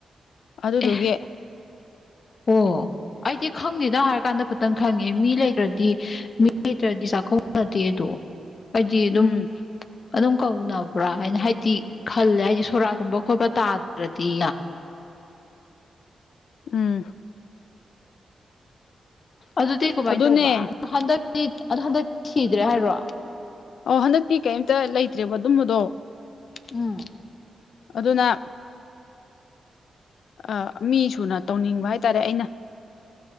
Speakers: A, on the left (about 80°); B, on the left (about 50°).
A: ꯑꯗꯨꯗꯨꯒꯤ
B: ꯑꯦ ꯑꯣ ꯑꯩꯗꯤ ꯈꯪꯗꯦꯅ ꯍꯥꯏꯔ ꯀꯥꯟꯗ ꯇꯪ ꯈꯪꯉꯦ ꯃꯤ ꯂꯩꯇ꯭ꯔꯗꯤ ꯃꯤ ꯂꯩꯇ꯭ꯔꯗꯤ ꯆꯥꯛꯀꯧꯅꯗꯦ ꯑꯗꯣ ꯄꯖꯤ ꯑꯗꯨꯝ
A: ꯎꯝ
B: ꯑꯗꯨꯝ ꯀꯧꯅꯕ꯭ꯔꯥ ꯍꯥꯏꯅ ꯍꯥꯏꯗꯤ ꯈꯜꯂꯦ ꯍꯥꯏꯗꯤ ꯁꯣꯔꯥꯀꯨꯝꯕ ꯈꯣꯠꯄ ꯇꯥꯗ꯭ꯔꯗꯤ
A: ꯎꯝ
B: ꯑꯗꯨꯗꯤ ꯀꯃꯥꯏꯅ
A: ꯑꯗꯨꯅꯦ
B: ꯇꯧꯕ ꯑ ꯍꯟꯗꯛꯇꯤ ꯑꯣ ꯍꯟꯗꯛꯇꯤ ꯁꯤꯗ꯭ꯔꯦ ꯍꯥꯏꯔꯣ
A: ꯑꯣ ꯍꯟꯗꯛꯇꯤ ꯀꯩꯝꯇ ꯂꯩꯇ꯭ꯔꯦꯕ ꯑꯗꯨꯝꯕꯗꯣ
B: ꯎꯝ
A: ꯑꯗꯨꯅ ꯑ ꯃꯤ ꯁꯨꯅ ꯇꯧꯅꯤꯡꯕ ꯍꯥꯏꯇꯥꯔꯦ ꯑꯩꯅ